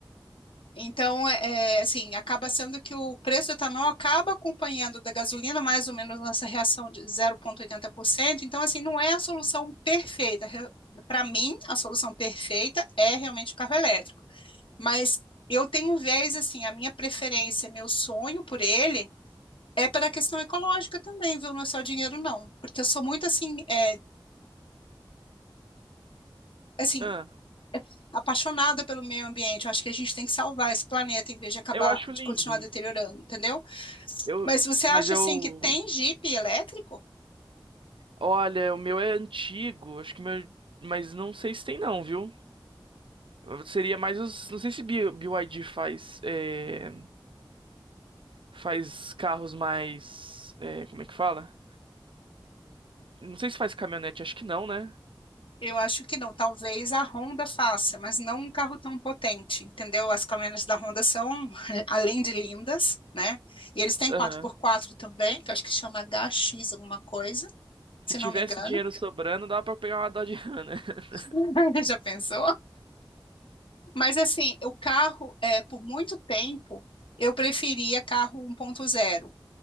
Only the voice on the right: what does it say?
Ah,
eu acho
lindo.
Eu,
mas eu,
olha, o meu é antigo, acho que o meu, mas não sei se tem não, viu? Seria mais os, não sei se B- BYD faz é, faz carros mais, é, como é que fala? Não sei se faz caminhonete, acho que não, né?
Aham.
Se
tivesse
dinheiro sobrando, dava pra pegar uma Dodge Ram, né? <laughs>